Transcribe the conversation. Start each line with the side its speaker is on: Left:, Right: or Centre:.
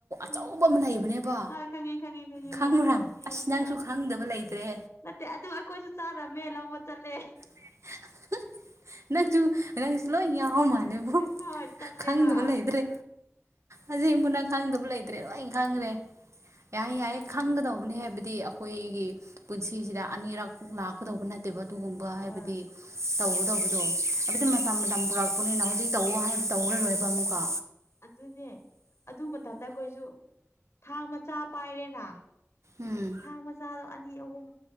Left: ꯈꯪꯉꯦ
Right: ꯑꯆꯧꯕ ꯑꯃ ꯂꯩꯕꯅꯦꯕ
Left: ꯍꯣꯏ ꯈꯪꯉꯦ ꯈꯪꯉꯦ ꯈꯪꯉꯦ
Right: ꯈꯪꯕ꯭ꯔꯥ
Left: ꯍꯣꯏ ꯅꯨꯡꯁꯤꯌꯦ
Right: ꯑꯁ ꯅꯪꯁꯨ
Left: ꯍꯣꯏ
Right: ꯈꯪꯗꯕ ꯂꯩꯇ꯭ꯔꯦ
Left: ꯅꯠꯇꯦ ꯑꯗꯨ ꯑꯩꯈꯣꯏꯁꯨ ꯆꯥꯔꯝꯃꯦ ꯂꯧꯕ ꯆꯠꯂꯦ
Right: <unintelligible> ꯅꯪꯆꯨ ꯅꯒꯁꯂꯣ ꯌꯥꯎ ꯃꯥꯂꯦꯕꯣ
Left: ꯍꯣꯏ ꯆꯠꯂꯦꯕ
Right: ꯈꯪꯗꯕꯂꯏꯇ꯭ꯔꯦ ꯑꯁꯤꯕꯨꯅ ꯈꯪꯗꯕ ꯂꯩꯇ꯭ꯔꯦ ꯂꯣꯏ ꯈꯪꯈ꯭ꯔꯦ ꯌꯥꯏ ꯌꯥꯏ ꯈꯪꯒꯗꯧꯕꯅꯤ ꯍꯥꯏꯕꯗꯤ ꯑꯩꯈꯣꯏꯒꯤ ꯄꯨꯟꯁꯤꯁꯤꯗ ꯑꯅꯤꯔꯛ ꯂꯥꯛꯀꯗꯧꯕ ꯅꯠꯇꯦ ꯅꯠꯇꯦꯕ ꯑꯗꯨꯒꯨꯝꯕ ꯍꯥꯏꯕꯗꯤ
Left: ꯍꯣꯏ
Right: ꯇꯧ ꯇꯧꯕꯗꯣ ꯑꯗꯨꯕꯗꯤ ꯃꯇꯝ ꯃꯇꯝ ꯄꯨꯔꯛꯄꯅꯤꯅ ꯍꯧꯖꯤꯛ ꯇꯧ ꯍꯥꯏꯕ ꯇꯧꯔꯔꯣꯏꯕ ꯑꯃꯨꯛꯀ
Left: ꯑꯗꯨꯅꯦ ꯑꯗꯨ ꯃꯇꯝꯗ ꯑꯩꯈꯣꯏꯁꯨ ꯊꯥꯡ ꯃꯆꯥ ꯄꯥꯏꯔꯦꯅ
Right: ꯎꯝ
Left: ꯊꯥꯡ ꯃꯆꯥꯗꯣ ꯑꯅꯤ ꯑꯍꯨꯝ